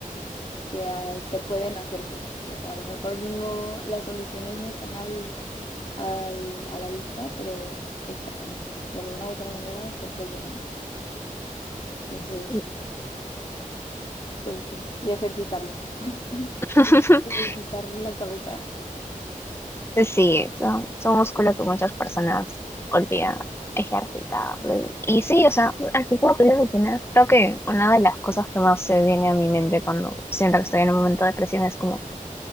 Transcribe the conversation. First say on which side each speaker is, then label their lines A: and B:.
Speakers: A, on the left; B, on the left.
A: que ah, se pueden hacer cosas. O sea, a lo mejor no, las soluciones no están al, al- a la vista, pero están. De alguna u otra manera siempre llegan. Entonces,
B: Y-
A: pues sí, y ejercitarlo. <laughs>
B: <laughs>
A: Ejercitar la cabeza.
B: Sí, son, son músculos que muchas personas olvidan ejercitar. Y sí, o sea, así como tú lo mencionas, creo que una de las cosas que más se viene a mi mente cuando siento que estoy en un momento de presión es como